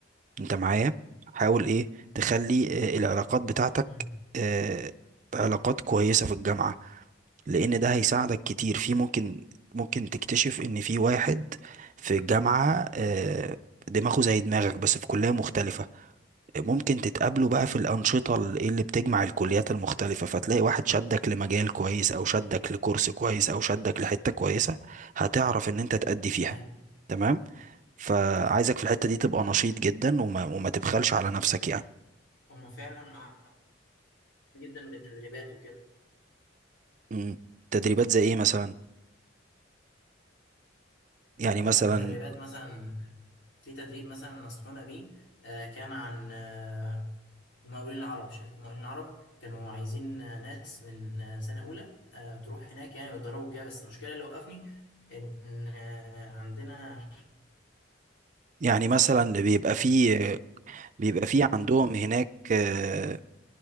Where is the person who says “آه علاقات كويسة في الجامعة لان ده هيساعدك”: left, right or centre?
Right